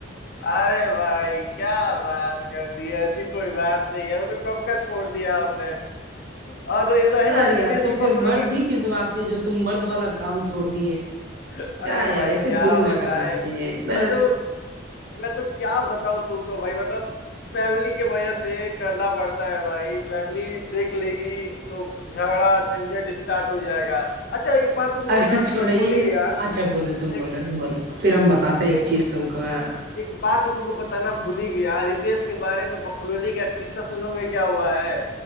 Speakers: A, on the left; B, on the right.
A: अरे भाई क्या बात कर दी ऐसी कोई बात नहीं है वो तो कब का छोड़ दिया आपने और रही रही
B: यार
A: बात
B: यार
A: रितेश
B: तो
A: की
B: फिर
A: पॉपुलरिटी
B: मर्द ही किस बात के जो तुम मर्द वाला काम छोड़ दिए
A: अरे
B: क्या है
A: भाई
B: यार ऐसे
A: क्या
B: थोड़ी ना
A: बताए
B: करना चाहिए बस,
A: मैं तो मैं तो क्या बताऊं तुमको भाई मतलब फैमिली के वजह से करना पड़ता है भाई फैमिली देख लेगी तो झगड़ा झंझट स्टार्ट हो जाएगा अच्छा एक बात तुमको
B: अरे
A: बताना
B: छोड़ो
A: था यार भूल
B: ये
A: ही
B: न-
A: गया
B: अच्छा बोलो तुम
A: एक
B: बोलो बोलो फिर हम बताते हैं
A: एक
B: एक चीज तुमको हाँ,
A: एक बात मैं तुमको बताना भूल ही गया रितेश के बारे में बकलोली का किस्सा सुनोगे क्या हुआ है